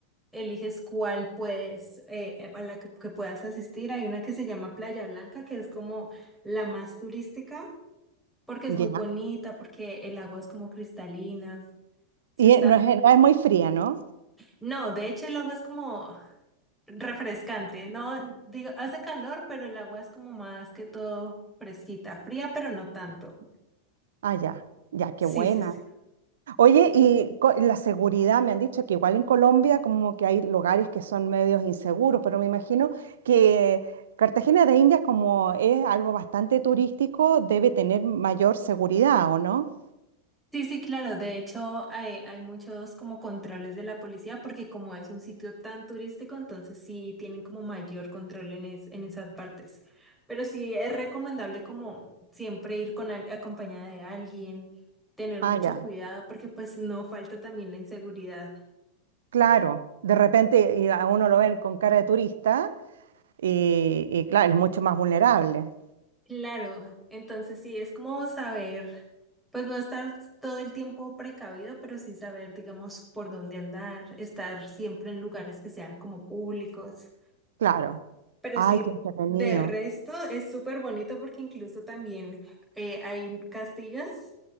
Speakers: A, in the centre; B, on the right (about 60°).
A: eliges cuál puedes, eh, a la que, que puedas asistir. Hay una que se llama Playa Blanca, que es como la más turística, porque es muy
B: Ya.
A: bonita, porque el agua es como cristalina. Sí
B: Y
A: está.
B: eh, no es, no es muy fría, ¿no?
A: No, de hecho el agua es como refrescante, no, digo, hace calor, pero el agua es como más que todo fresquita, fría, pero no tanto.
B: Ah, ya. Ya, qué
A: Sí,
B: buena.
A: sí, sí.
B: Oye, y co- la seguridad, me han dicho que igual en Colombia como que hay lugares que son medios inseguros, pero me imagino que Cartagena de Indias como es algo bastante turístico, debe tener mayor seguridad, ¿o no?
A: Sí, sí, claro. De hecho, hay, hay muchos como controles de la policía porque como es un sitio tan turístico, entonces sí tienen como mayor control en, es- en esas partes. Pero sí es recomendable como siempre ir con al- acompañada de alguien, tener
B: Ah,
A: mucho
B: ya.
A: cuidado porque pues no falta también la inseguridad.
B: Claro. De repente y a uno lo ven con cara de turista y, y claro, es mucho más vulnerable.
A: Claro, entonces sí es como saber, pues no estar todo el tiempo precavido, pero sí saber, digamos, por dónde andar, estar siempre en lugares que sean como públicos.
B: Claro.
A: Pero
B: Ay,
A: sí,
B: qué entretenido.
A: de resto es súper bonito porque incluso también eh, hay castillos.